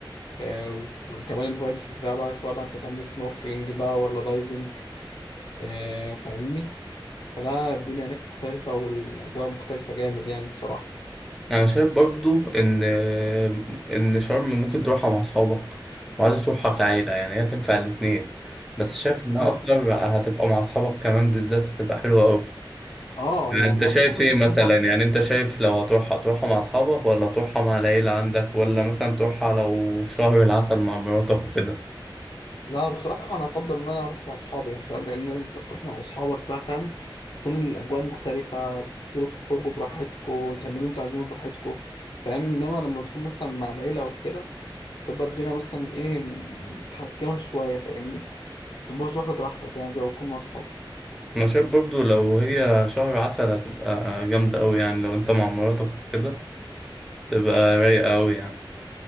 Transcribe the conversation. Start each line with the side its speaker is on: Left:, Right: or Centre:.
Left: آه، وكمان الفايبس اللي فيها بقى سواء بقى انت تعمل سنوركلينج بقى ولا دايفنج آه، فاهمني فلا الدنيا هناك مختلفة والأجواء مختلفة جامد يعني بصراحة
Centre: انا شايف برضو ان ان شرم ممكن تروحها مع اصحابك وعايز تروحها كعيلة يعني هي تنفع الاتنين بس شايف انها
Left: لا
Centre: اكتر هتبقى مع اصحابك كمان بالذات هتبقى حلوة قوي
Left: اه
Centre: انت
Left: لو مع
Centre: شايف
Left: أصحابك
Centre: ايه
Left: هتبقى
Centre: مثلا
Left: أكتر
Centre: يعني انت شايف لو هتروحها تروحها مع اصحابك ولا تروحها مع العيلة عندك ولا مثلا تروحها لو شهر العسل مع مراتك وكده
Left: لا بصراحة أنا أفضل إن أنا أروح مع أصحابي يعني فاهم لأن أنت تروح مع أصحابك بقى فاهم تكون الأجواء مختلفة بتنزلوا تخرجوا براحتكوا تعملوا أنتوا عايزينه براحتكوا فاهم إنما لما تكون مثلا مع العيلة وكده بتبقى الدنيا مثلا إيه متحكمة شوية فاهمني متبقاش واخد راحتك يعني زي ما تكون مع أصحابك
Centre: انا شايف برضو لو هي شهر عسل هتبقى جامدة أوي يعني لو أنت مع مراتك كده تبقى رايقة أوي يعني